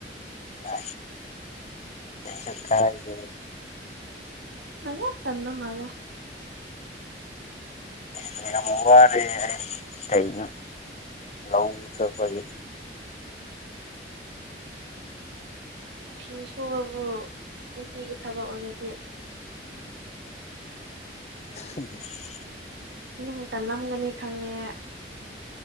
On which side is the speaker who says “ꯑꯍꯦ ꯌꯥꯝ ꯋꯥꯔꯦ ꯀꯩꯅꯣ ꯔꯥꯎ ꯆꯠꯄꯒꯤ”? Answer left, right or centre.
Left